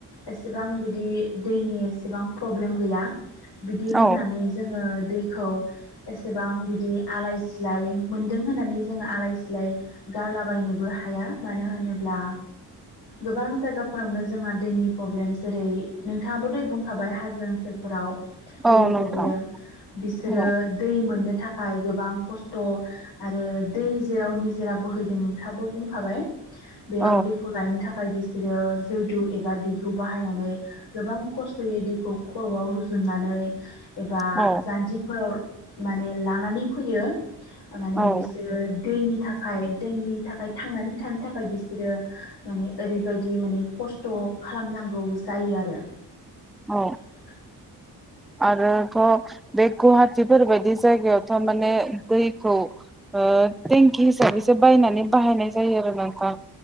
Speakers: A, on the left (about 80°); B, in the centre.
A: एसेबां बिदि दैनि एसेबां प्रब्लेम गैया। बिदि होननानै
B: औ
A: जोङो दै खौ एसेबां बिदि आलाय सिलाय मोनदों होननानै जोङो आलाय सिलाय गारलाबायनोबो हाया मानो होनोब्ला गोबां जायगाफोरावनो जोंहा दैनि प्रब्लेम जेरै नोंथाङाबो दै बुंखाबाय हाजो ओनसोलफोराव दैनि
B: औ नोंथां
A: प्रब्लेम बिसोरो
B: औ
A: दै मोननो थाखाय गोबां खस्थ' आरो दै जेराव जेरा बोहैदों नोंथांआबो बुं खाबाय बेयाव
B: औ
A: दैखौ लायनो थाखाय बिसे बिसोरो जौदु एबा दैहु बाहायनानै गोबां खस्थ'यै दैखौ खर'आव रुजुननानै एबा
B: औ
A: जान्जिफोराव माने लानानै फैयो माने
B: औ
A: बिसोरो दैनि थाखाय दैनि थाखाय थांनानै थानो थाखाय बिसोरो माने ओरैबायदि माने खस्थ' खालामनांगौ जायो आरो
B: औ
A: ए
B: आरोथ' बे गुवाहाटिफोरबायदि जायगायावथ' माने दैखौ ओ थें खि हिसाबैसो बायनानै बाहायनाय जायो आरो नोंथां।